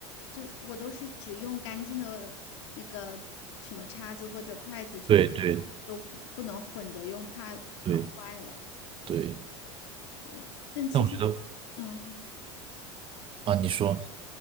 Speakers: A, on the left; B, on the right.
A: 就我都是只用干净的那个什么叉子或者筷子去夹，
B: 对对
A: 都不不能混着用，怕搞坏了。
B: 对，对，
A: 对，但其实，
B: 但我觉得
A: 嗯，
B: 啊，你说